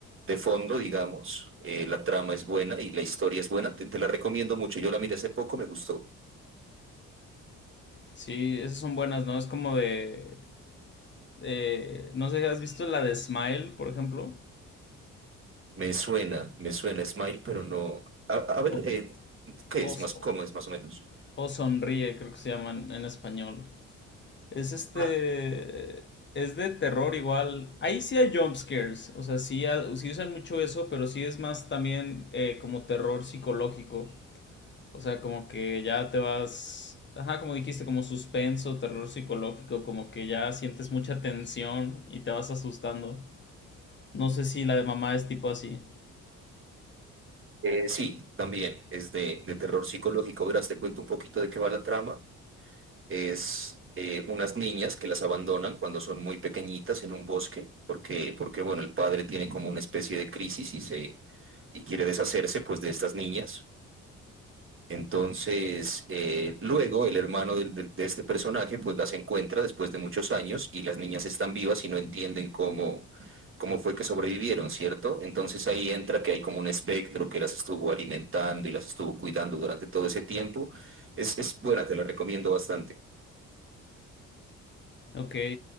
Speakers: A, on the right (about 45°); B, on the left (about 40°).
A: de fondo, digamos. Eh, la trama es buena y la historia es buena. Te, te la recomiendo mucho. Yo la miré hace poco, me gustó.
B: Sí, esas son buenas, ¿no? Es como de, eh, no sé, ¿has visto la de Smile, por ejemplo?
A: Me suena, me suena Smile, pero no. A, a ver,
B: O,
A: eh, ¿qué
B: o,
A: es
B: so-
A: más? ¿Cómo es más o menos?
B: o Sonríe, creo que se llaman en español. Es este.
A: Ah,
B: Es de terror igual. Ahí sí hay jumpscares. O sea, sí, ha- sí usan mucho eso, pero sí es más también eh, como terror psicológico. O sea, como que ya te vas. Ajá, como dijiste, como suspenso, terror psicológico. Como que ya sientes mucha tensión y te vas asustando. No sé si la de mamá es tipo así.
A: Eh, sí, también es de, de terror psicológico. Verás, te cuento un poquito de qué va la trama. es eh, unas niñas que las abandonan cuando son muy pequeñitas en un bosque, porque, porque bueno, el padre tiene como una especie de crisis y se y quiere deshacerse pues de estas niñas. Entonces, eh, luego el hermano del- del- de, este personaje pues las encuentra después de muchos años y las niñas están vivas y no entienden cómo, cómo fue que sobrevivieron, ¿cierto? Entonces ahí entra que hay como un espectro que las estuvo alimentando y las estuvo cuidando durante todo ese tiempo. Es, es buena, te la recomiendo bastante.
B: Ok.